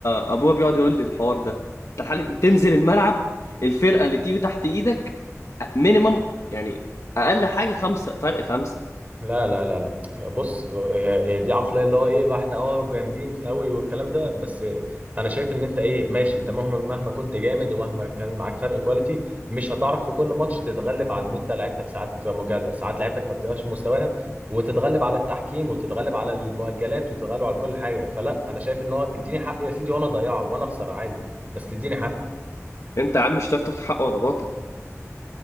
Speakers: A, on the left; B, on the right.
A: ابويا بيقعد يقول لي الحوار ده تعال تنزل الملعب الفرقه اللي تيجي تحت ايدك مينيمم يعني اقل حاجه خمسه فرق خمسه
B: لا لا لا لا بص هي هي دي عقلية اللي هو ايه بقى احنا اه جامدين قوي والكلام ده بس انا شايف ان انت ايه ماشي انت مهما مهما كنت جامد ومهما كان معاك فرق كواليتي مش هتعرف في كل ماتش تتغلب على ان انت لعيبتك ساعات بتبقى مجهدة ساعات لعيبتك ما بتبقاش في مستواها وتتغلب على التحكيم وتتغلب على المؤجلات وتتغلب على كل حاجة فلا انا شايف ان هو اديني حقي يا سيدي وانا اضيعه وانا اخسر عادي بس اديني حقي
A: انت يا عم مش هتعرف تاخد حق ولا باطل